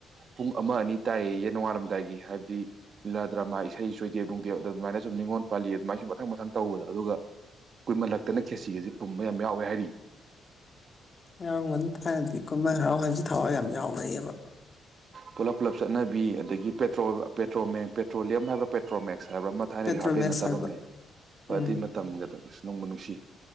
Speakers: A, on the right (about 50°); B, on the left (about 35°).
A: ꯄꯨꯡ ꯑꯃ ꯑꯅꯤ ꯇꯥꯏꯌꯦꯌꯦ ꯅꯣꯡꯉꯥꯜꯂꯝꯗꯥꯏꯒꯤ ꯍꯥꯏꯕꯗꯤ ꯂꯤꯂꯥ ꯗ꯭ꯔꯃꯥ ꯏꯁꯩ ꯁꯣꯏꯗꯦ ꯑꯗꯨ ꯑꯗꯨꯃꯥꯏꯅ ꯁꯨꯝ ꯅꯤꯡꯉꯣꯜ ꯄꯥꯜꯂꯤ ꯑꯗꯨꯃꯥꯏꯅ ꯁꯨꯝ ꯃꯊꯪ ꯃꯊꯪ ꯇꯧꯕꯗ ꯑꯗꯨꯒ ꯀꯨꯏꯃꯜꯂꯛꯇꯅ ꯈꯦꯁꯤꯒꯁꯤ ꯄꯨꯝꯕ ꯌꯥꯝ ꯌꯥꯎꯋꯦ ꯍꯥꯏꯔꯤ
B: ꯌꯥꯎꯔꯝꯒꯅ ꯊꯥꯏꯔꯗꯤ ꯀꯨꯝꯍꯥꯏ ꯍꯔꯥꯎ ꯍꯥꯏꯁ ꯊꯋꯥꯏ ꯌꯥꯝ ꯌꯥꯎꯅꯩꯌꯦꯕ
A: ꯄꯨꯂꯞ ꯄꯨꯂꯞ ꯆꯠꯅꯕꯤ ꯑꯗꯒꯤ ꯄꯦꯇ꯭ꯔꯣꯜ ꯄꯦꯇ꯭ꯔꯣꯜ ꯃ ꯄꯦꯇ꯭ꯔꯣꯂꯤꯌꯝ ꯍꯥꯏꯕ꯭ꯔꯥ ꯄꯦꯇ꯭ꯔꯣꯜ ꯃ ꯁꯅꯕ꯭ꯔ ꯑꯃ ꯊꯥꯏꯅꯒꯤ
B: ꯄꯦꯇ꯭ꯔꯣꯃꯦꯛꯁ
A: ꯍꯥꯞꯄꯦꯟ ꯅꯠꯇꯕ
B: ꯍꯥꯏꯕ
A: ꯑꯃ ꯂꯩ ꯍꯣꯏ
B: ꯎꯝ
A: ꯑꯗꯨꯏ ꯃꯇꯝꯒꯗꯧꯔꯤ ꯅꯕ ꯅꯨꯡꯁꯤ